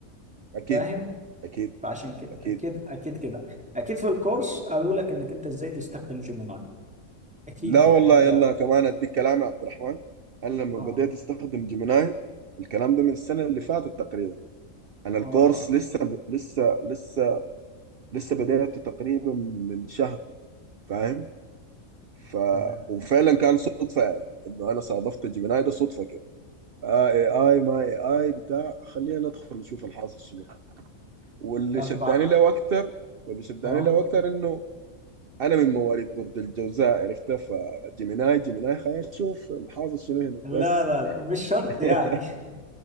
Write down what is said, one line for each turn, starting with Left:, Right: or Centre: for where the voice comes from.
Right: اكيد
Centre: فاهم
Right: اكيد
Centre: فعشان كده
Right: اكيد
Centre: اكيد اكيد كده اكيد في الكورس قالوا لك انك انت ازاي تستخدم جيميناي اكيد
Right: لا
Centre: يعني
Right: والله
Centre: حاجه
Right: يلا كمان اديك كلام يا عبد الرحمن انا لما
Centre: اه
Right: بديت استخدم جيميناي الكلام ده من السنه اللي فاتت تقريبا انا
Centre: اه
Right: الكورس
Centre: اه
Right: لسه ب... لسه لسه لسه بديته تقريبا من شهر فاهم ف
Centre: تمام
Right: وفعلا كان صدفه يعني انه انا صادفت جيميناي ده صدفه كده آه اي اي ما اي اي بتاع خلينا ندخل نشوف الحاصل شنو يعني. واللي
Centre: طب
Right: شداني
Centre: ع-
Right: له اكتر واللي شداني
Centre: اه
Right: له اكتر انه انا من مواليد برج الجوزاء عرفتها فجيميناي جيميناي خلينا نشوف الحافظ شنو هنا
Centre: لا
Right: بس
Centre: لا لا مش شرط
Right: <laughs>
Centre: يعني <laughs>